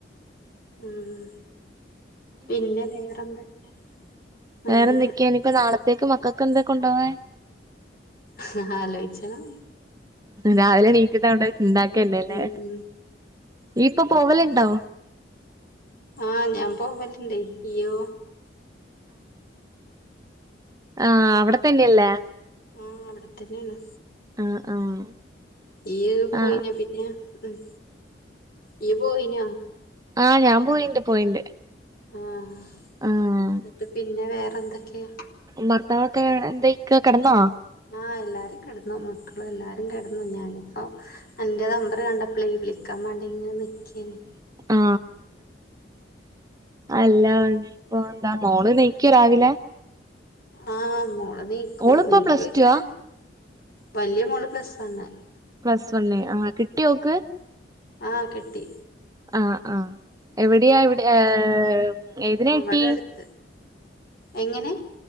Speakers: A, on the left; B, on the right.
A: ഉം പിന്നെ വേറെന്തൊക്കെയാ നല്ലത്
B: വേറെന്തൊക്കെയ ഇനിയിപ്പോ നാളത്തേക്ക് മക്കക്ക് എന്തൊ കൊണ്ടോവാൻ
A: ന്നട്ടാലോയ്ച്ചണം
B: രാവിലെണീറ്റിട്ടങ്ങട്ട് ഇണ്ടാക്കന്നെ ലേ...
A: ഉം
B: ഇയ്യ് പ്പൊ പോവല്ണ്ടോ?
A: ആ ഞാൻ പോവല്ണ്ടേയ് ഇയ്യോ
B: ആ അവിടെത്തന്നെയല്ലേ
A: ഉം.. അവിടെത്തന്നേണ്
B: ആഹ് ആഹ്
A: ഇയ്യ് പോയിന
B: ആഹ്
A: പിന്നെ ഉം ഇയ്യ് പോയിന
B: ആ ഞാൻ പോയിണ്ട് പോയിണ്ട്
A: ആഹ്..
B: ആഹ്
A: ന്നിട്ട് പിന്നെ വേറെ എന്തൊക്കെയാ
B: ഭർത്താവൊക്കെ എന്ത ക്ക കടന്നോ
A: ആ എല്ലാരും കിടന്നു മക്കള് എല്ലാരും കിടന്നു ഞാനിപ്പോ അന്റെ നമ്പറ് കണ്ടപ്പേയ് വിളിക്കാൻ വേണ്ടി ഇങ്ങനെ നിക്കേനി
B: ആ അല്ല പ്പോ എന്താ മോള് എനിക്കോ രാവിലെ
A: ആ മോള് നീക്കും
B: ഓളിപ്പോ
A: നീകോച്ചാല്
B: പ്ലസ് ടു ആ
A: വലിയ മോള് പ്ലസ് വൺ അല്ലെ
B: പ്ലസ് വണ്ണ് ആ കിട്വോക്ക്?
A: ആഹ് കിട്ടി
B: ആഹ് ആഹ് എവിടെയാ എവിടെ ഏം ഏതിനെ
A: ആഹ്
B: കിട്ടി
A: ഇവടെ അടുത്ത് എങ്ങനെ